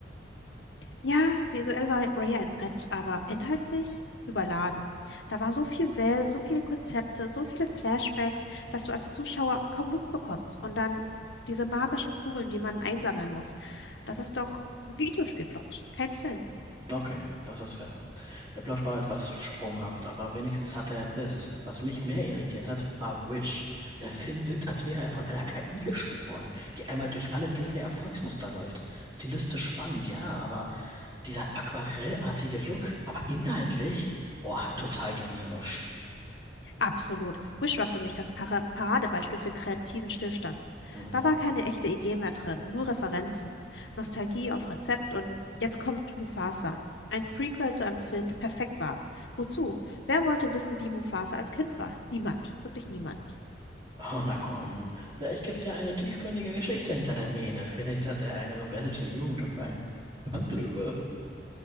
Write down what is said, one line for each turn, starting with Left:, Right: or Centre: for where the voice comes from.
Left: Ja, visuell war Raya ein Brett, aber inhaltlich überladen. Da war so viel Welt, so viele Konzepte, so viele Flashbacks, dass du als Zuschauer kaum Luft bekommst. Und dann diese magischen Kugeln, die man einsammeln muss. Das ist doch ein Videospielplot, kein Film.
Right: Okay, das ist fair. Der Plot war etwas sprunghaft, aber wenigstens hatte er Biss. Was mich mehr irritiert hat, war Wish. Der Film wirkt, als wäre er von einer KI geschrieben worden, die einmal durch alle Disney-Erfolgsmuster läuft. Stilistisch spannend, ja, aber dieser aquarellartige Look, aber inhaltlich, boah, total generisch.
Left: Absolut. Wish war für mich das Para Paradebeispiel für kreativen Stillstand.
Right: Mhm.
Left: Da war keine echte Idee mehr drin, nur Referenzen, Nostalgie auf Rezept und jetzt kommt Mufasa. Ein Prequel zu einem Film, der perfekt war. Wozu? Wer wollte wissen, wie Mufasa als Kind war? Niemand. Wirklich niemand.
Right: Oh, na komm. Vielleicht gibt's ja eine tiefgründige Geschichte hinter der Mähne. Vielleicht hatte er eine rebellische Jugend und war ein Punklöwe.